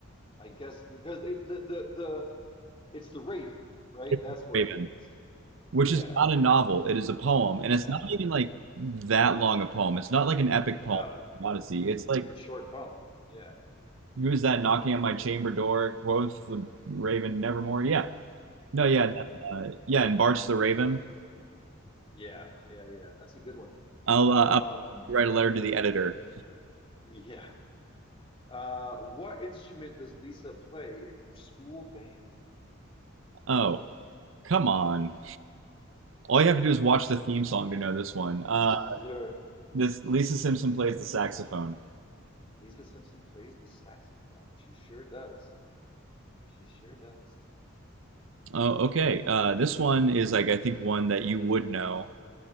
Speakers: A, on the left; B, on the right.
A: I guess because it the the the it's the Raven, right?
B: It's
A: That's what
B: Raven,
A: it is.
B: which
A: Yeah,
B: is not a novel. It is a poem, and
A: yeah.
B: it's not even like that long a poem. It's not like an epic
A: No,
B: poem, Odyssey.
A: it's
B: It's
A: a
B: like
A: pretty short poem. Yeah,
B: who is that knocking on my chamber door? Quoth the Raven, nevermore. Yeah, No, yeah,
A: yeah,
B: that, uh, yeah, and Bart's the Raven.
A: yeah, yeah, yeah. That's a good one.
B: I'll, uh,
A: Um,
B: I'll write a letter to the editor.
A: yeah. Uh, what instrument does Lisa play in her school band? <laughs>
B: Oh, come on! All you have to do is watch the theme song to know this one. Uh,
A: Sure.
B: this Lisa Simpson plays the saxophone.
A: Lisa Simpson plays the saxophone. She sure does. She sure does.
B: Oh, okay. Uh, this one is like I think one that you would know.